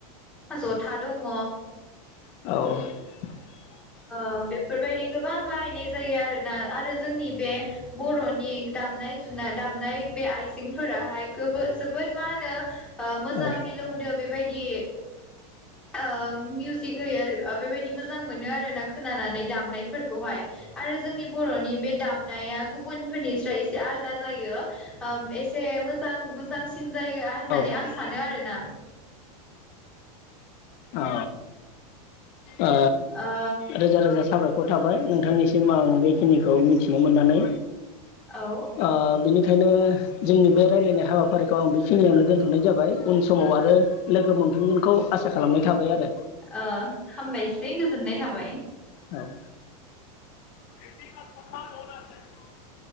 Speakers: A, in the centre; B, on the left.
A: जथा दङ
B: औ
A: ओ बेफोरबायदि गोबां बाहायनाय जायो आरोना आरो जोंनि बे बर'नि दामनाय जुनाय दामनाय बे आइजेंफोराहाय गोबो जोबोद मा होनो ओ मोजां
B: औ
A: मिलौदो बेबाय दि ओ मिउजिक होयो ओ बेबायदि मोजां मोनो आरोना खोनानानै दामनायफोरखौहाय आरो जोंनि बरनि बे दामनाया गुबुनफोरनिस्राय एसे आलदा जायो ओ एसे मोजां मो जांसिन जायो होननानै
B: औ
A: आं सानो आरोना
B: औ। ओ
A: ओ
B: रोजा रोजा साबाय खर थाबाय नोंथांनिसिम, आं बेखिनिखौ मिथिनो मोननानै
A: औ
B: ओ बिनि खायनो जोंनि बे रायलायनाय हाबाफारिखौ आं बेखिनियावनो दोनथनाय जाबाय, उन समाव आरो लोगो मोनफिनगोनखौ आसा खालामनाय थाबाय आरो।
A: ओ हामबायसै गोजोननाय थाबाय।
B: औ <inaudible>